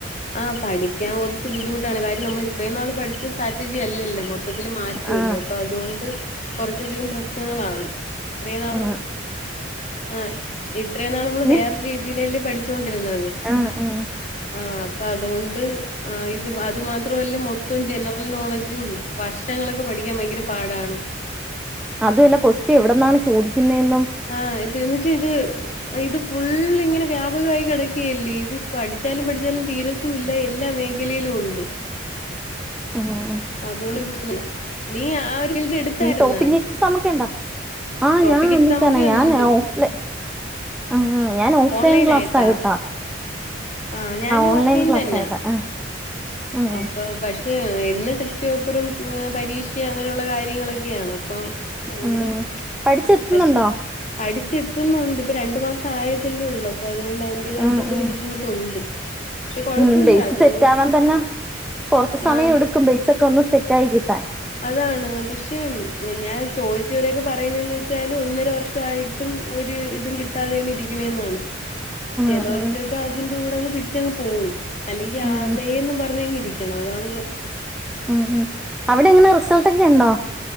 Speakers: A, on the left (about 35°); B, in the centre.
A: ആഹ് പഠിക്കാൻ കൊറച്ച് ബുദ്ധിമുട്ടാണ് കാര്യം നമ്മള് ഇത്രയും നാള് പഠിച്ച സ്ട്രാറ്റജി അല്ലല്ലോ മൊ ത്തത്തില് മാറ്റവില്ലേ
B: ആ
A: അപ്പൊ അതുകൊണ്ട് കൊറച്ചധികം പ്രശ്നങ്ങളാണ് ഇത്രയും നാളും
B: ആ
A: ആഹ് ഇത്രയും നാള് നമ്മള്
B: നീ
A: വേറൊരു രീതിയിലല്ലെ പഠി പഠിച്ചോണ്ടിരുന്നത്
B: ആ ആ
A: ആഹ് അപ്പ അതുകൊണ്ട് ആഹ് ഇത് അത് മാത്രല്ല മൊത്തം ജനറൽ നോളജും വർഷങ്ങളൊക്കെ പഠിക്കാൻ ഭയങ്കര പാടാണ്
B: അതുവല്ല ക്വസ്റ്റ എവിടന്നാണ് ചോദിക്കുന്നതേന്നും
A: ആഹ് ഇത്‌ന്ന് വെച്ചാ ഇത് ഇത് ഫുള്ള് ഇങ്ങനെ വ്യാപകമായി കെടക്കുകയല്ലേ ഇത് പഠിച്ചാലും പഠിച്ചാലും തീര ത്തുവില്ല എല്ലാ മേഖലയിലും ഉണ്ട്
B: ആഹ് ആഹ്
A: അതുകൊണ്ട്പ്പ സുനം നീ ആരു ത് എടുത്താരുന്ന്
B: ടോപ്പിക് എക്സാം ഒക്കെ ഉണ്ടോ ആഹ്
A: ടോപ്പിക്
B: ഞാൻ അതിൽ
A: എക്സാമൊക്കെ
B: തന്നെ ഞാൻ
A: ഇണ്ട്
B: ഓഫ്‌ലൈ ആഹ് ഞാൻ ഓഫ്‌ലൈൻ
A: ഓൺലൈനായിട്ടാ
B: ക്ലാസ് ആയിട്ടാ
A: ആഹ് ഞാന്
B: ഓൺലൈൻ
A: ഓഫ് ലൈൻ
B: ക്ലാസ്
A: തന്നാ
B: ആയിട്ടാ ആഹ് ഉം
A: അപ്പൊ പക്ഷെ എന്ന് ടെസ്റ്റ് പേപ്പറും ഉം പരീക്ഷയും അങ്ങനെയുള്ള കാര്യങ്ങളൊക്കെയാണ് അപ്പം ഭയങ്കരം
B: ഉം പഠിച്ചെത്തുന്നുണ്ടോ
A: പക്ഷെ പഠിച്ചെത്തുന്നുണ്ട് ഇപ്പൊ രണ്ട് മാസം ആയതല്ലേള്ളൂ അപ്പൊ അതുകൊണ്ട് അതിന്റേതായിട്ടുള്ളൊരു
B: ഉം ഉം
A: ബുദ്ധിമുട്ടുണ്ട് <unintelligible> കൊഴപ്പല്ല
B: ഉം ബെയ്സ്
A: അത്
B: സെറ്റാവാൻ തന്നെ കൊറച്ച്‌ സമയം
A: ആഹ്
B: എടുക്കും ബെയ്സൊക്കെ ഒന്ന് സെറ്റായി കിട്ടാൻ
A: അതാണ് പക്ഷെ ഞാൻ ചോദിച്ചവരൊക്കെ പറയുന്നേന്ന് വെച്ചാല് ഒന്നര വർഷായി ട്ടും ഒരു ഇതും കിട്ടാതെ ആണ് ഇരിക്കണേന്നാണ് ചെലോർക്കൊക്കെ
B: ആഹ് ആഹ്
A: അതിന്റെ കൂടങ്ങ് പിടിച്ചങ്ങ് പോവും അല്ലെങ്കി
B: ഉം
A: അതേന്നും പറഞ്ഞങ്ങരി ക്കണം അതാണ് പ്രശ്നം
B: ഉം ഉം അവിടെങ്ങനെ റിസൾട്ടൊക്കെണ്ടോ